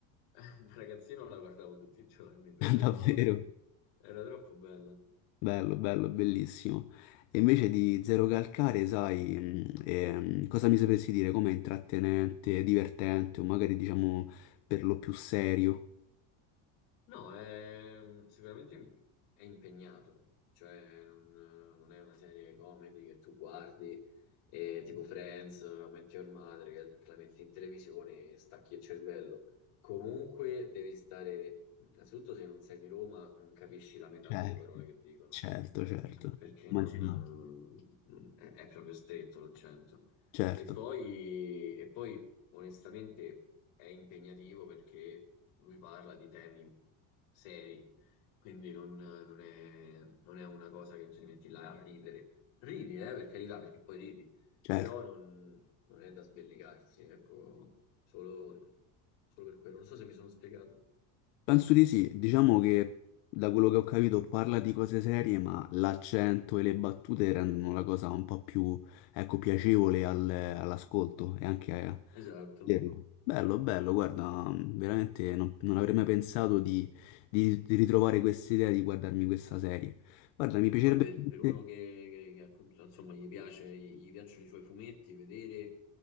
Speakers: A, on the left; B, on the left.
A: <laughs> Da ragazzino la guardavo tutti i giorni, tutte
B: <laughs>
A: le
B: Davvero.
A: volte. Era troppo bella.
B: Bello, bello, bellissimo. E invece di Zero Calcare, sai, mh, ehm, cosa mi sapresti dire? Com'è intrattenente, divertente o magari diciamo per lo più serio?
A: No, è- sicuramente im- è impegnato, cioè non, non è una serie comedy che tu guardi e tipo Friends, metti Your Mother, che te la metti in televisione e stacchi il cervello. Comunque devi stare, innanzitutto se non sei di Roma non capisci la metà
B: Certo,
A: delle parole che dicono,
B: certo, certo.
A: perché
B: Immaginavo.
A: non, non- è, è proprio stretto l'accento.
B: Certo,
A: E poi, e poi, onestamente, è impegnativo perché lui parla di temi seri, quindi non, non è, non è una cosa che tu ti metti là a ridere. Ridi, eh, per carità, perché poi ridi,
B: certo.
A: però non, non è da sbellicarsi, ecco, solo, solo per quello. Non so se mi sono spiegato.
B: Penso di sì, diciamo che da quello che ho capito parla di cose serie, ma l'accento e le battute rendono la cosa un po' più, ecco, piacevole al- all'ascolto e anche a-
A: Esatto.
B: Vero. Bello, bello, guarda, veramente non, non avrei mai pensato di, di- di ritrovare questa idea di guardarmi questa serie. Guarda, mi piacerebbe
A: Poi per,
B: veramente-
A: per uno che, che- che appunto, insomma, gli piace, gli gli piacciono i suoi fumetti, vedere